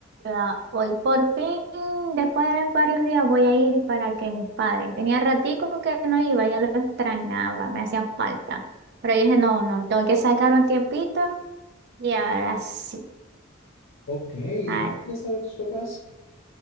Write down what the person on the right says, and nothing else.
Ah, Hoy por fin, después de varios días, voy a ir para que mis padres. Tenía ratico que no iba, ya lo extrañaba, me hacían falta. Pero yo dije, no, no, tengo que sacar un tiempito y ahora sí.
Ah,